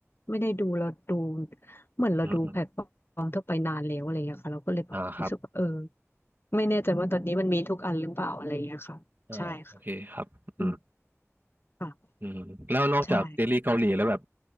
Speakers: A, on the left (about 50°); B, on the right (about 45°).
A: ไม่ได้ดูเราดู เหมือนเราดูแพลตฟอร์มทั่วไปนานแล้วอะไรอย่างเงี้ยค่ะเราก็เลยแบบรู้สึกว่าเออ
B: อืมอืมอ่าครับ
A: ไม่แน่ใจว่าตอนนี้มันมีทุกอันหรือเปล่าอะไรอย่างเงี้ยค่ะ
B: อ่าโอเคครับอืม
A: ใช่ค่ะอืมค่ะ
B: อืมแล้วนอกจากซีรีส์เกาหลีแล้วแบบ
A: ใช่